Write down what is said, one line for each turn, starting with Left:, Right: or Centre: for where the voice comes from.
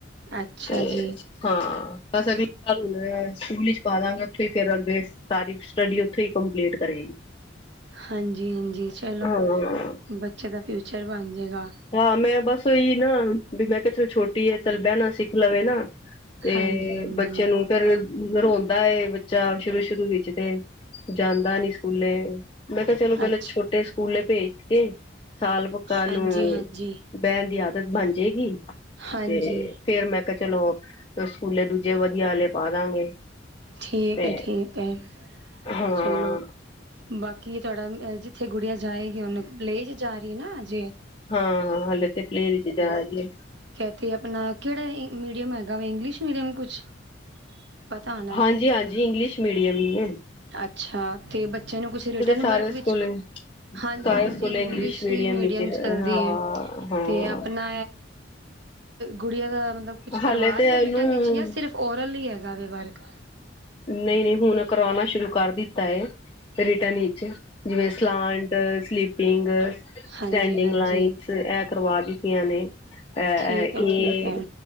Right: ਅੱਛਾ
Left: ਤੇ।
Right: ਜੀ
Left: ਹਾਂ ਬਸ ਅਗਲੇ ਸਾਲ ਹ ਸਕੂਲ ਚ ਪਾ ਦਵਾਂਗੇ ਉੱਥੇ ਹੀ ਫਿਰ ਅੱਗੇ। ਸਾਰੀ ਸਟੱਡੀ ਉੱਥੇ ਹੀ ਕੰਪਲੀਟ ਕਰੇਗੀ।
Right: ਹਾਂਜੀ-ਹਾਂਜੀ ਚਲੋ
Left: ਹਾਂ,
Right: ਬੱਚੇ ਦਾ ਫਿਊਚਰ ਬਣ ਜਾਏਗਾ।
Left: ਹਾਂ ਮੈਂ ਬਸ ਇਹੀ ਨਾ ਵੀ ਮੈਂ ਕਿਹਾ ਚਲ ਛੋਟੀ ਹੈ ਚੱਲ ਬਹਿਣਾ ਸਿੱਖ ਲਵੇ ਨਾ। ਤੇ।
Right: ਹਾਂਜੀ ਹਾਂਜੀ
Left: ਬੱਚੇ। ਨੂੰ। ਫੇਰ ਰੋਂਦਾ। ਬੱਚਾ ਸ਼ੁਰੂ ਸ਼ੁਰੂ ਵਿੱਚ ਤੇ ਜਾਂਦਾ ਨੀ ਸਕੂਲੇ। ਮੈਂ ਕਿਹਾ ਚਲੋ ਪਹਿਲਾਂ
Right: ਅੱਛਾ
Left: ਛੋਟੇ ਸਕੂਲੇ ਭੇਜ ਕੇ ਸਾਲ ਪੱਕਾ ਨੂੰ।
Right: ਹਾਂਜੀ ਹਾਂਜੀ
Left: ਬਹਿਣ ਦੀ ਆਦਤ ਬਣ ਜਾਏਗੀ
Right: ਹਾਂਜੀ
Left: ਤੇ ਫੇਰ ਮੈਂ। ਚਲੋ ਸਕੂਲੇ ਦੂਜੇ ਵਧੀਆਲੇ ਪਾ ਦਾਂਗੇ।
Right: ਠੀਕ
Left: ਤੇ
Right: ਹੈ ਠੀਕ ਹੈ
Left: ਹਾਂ।
Right: ਚਲੋ ਬਾਕੀ। ਜਿੱਥੇ ਗੁੜੀਆਂ ਜਾਏਗੀ ਉਹਨੂੰ ਪਲੇ 'ਜਾ ਰਹੀ ਹੈ ਨਾ ਅਜੇ।
Left: ਹਾਂ ਹਾਂ ਹਲੇੇ ਤੇ ਪਲੇਰ ਵਿੱਚ ਜਾ ਆਇ ਏ।
Right: ਅਤੇ ਆਪਣਾ ਕਿਹੜਾ ਮੀਡੀਅਮ ਹੈਗਾ ਵਾ ਇੰਗਲਿਸ਼ ਮੀਡੀਅਮ ਕੁਛ। ਪਤਾ ਹੋਣਾ
Left: ਹਾਂਜੀ ਹਾਂਜੀ ਇੰਗਲਿਸ਼ ਮੀਡੀਅਮ ਹੀ ਹੈ।
Right: ਅੱਛਾ ਤੇ ਬੱਚੇ ਨੂੰ ਕੁਛ ਰਿਟਰਨ
Left: ਸਾਰੇ
Right: ਵਰਕ ਵਿੱਚ
Left: ਸਕੂਲ
Right: ਹਾਂਜੀ
Left: ਸਾਰੇ
Right: ਹਾਂਜੀ
Left: ਸਕੂਲ
Right: ਇੰਗਲਿਸ਼। ਅ ਮੀਡੀਅਮ
Left: ਵਿੱਚ
Right: ਚਲਦੀ
Left: ਹਾਂ ਹਾਂ
Right: ਤੇ ਆਪਣਾ ਗੂੜੀਆਂ ਦਾ। ਮਤਲਬ ਕੁਛ
Left: ਹਾਲੇ
Right: ਕਰਵਾ
Left: ਤੇ
Right: ਰਹੇ ਰਿਟਰਨ
Left: ਇਹਨੂੰ
Right: ਹੀ ਸਿਰਫ ਓਰਲ ਹੀ ਹੈਗਾ ਵਰਕ।
Left: ਨਹੀਂ ਨਹੀਂ ਹੁਣ ਕਰਵਾਉਣਾ ਸ਼ੁਰੂ ਕਰ ਦਿੱਤਾ ਹੈ। ਰਿਟਰਨ ਵਿਚ ਜਿਵੇਂ ਸਲਾਂਟ ਸਲੀਪਿੰਗ।
Right: ਹਾਂਜੀ
Left: ਸਟੈਂਡਿੰਗ
Right: ਹਾਂਜੀ
Left: ਲਾਈਨ ਚ ਇਹ ਕਰਵਾ ਦਿੱਤੀਆ ਨੇ ਅ
Right: ਠੀਕ ਹੈ
Left: ਇਹ।
Right: ਠੀਕ ਹੈ